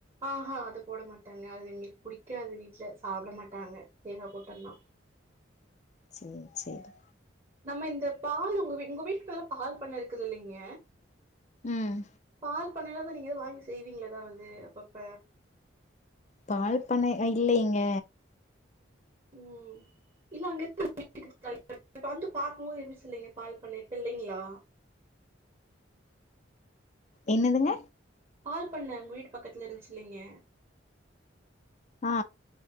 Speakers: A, on the right; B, on the left.
A: ஆஹ அது போட மாட்டங்க அது எங்களுக்கு புடிக்காது வீட்ல சாப்ட மாட்டாங்க தேங்கா போட்டன்னா
B: சேரி சேரி
A: நம்ம இந்த பால் உங்க உங்க வீட்டுகிட்டலா பால் பண்ணை இருக்குது இல்லைங்க
B: ம்
A: பால் பண்ணைலா இருந்தா நீங்கதா வாங்கி செய்வீங்களே எதாவது அப்பப்ப
B: பால்பண்ணை அ இல்லைங்க
A: ம் இல்ல அங்க இரு <inaudible> <inaudible> வந்து பாக்கும்போது இருந்துச்சு இல்லீங்க பால் பண்ணை இப்ப இல்லைங்களா
B: என்னதுங்க
A: பால் பண்ண உங்க வீட்டு பக்கத்துல இருந்துச்சு இல்லைங்க
B: ஆ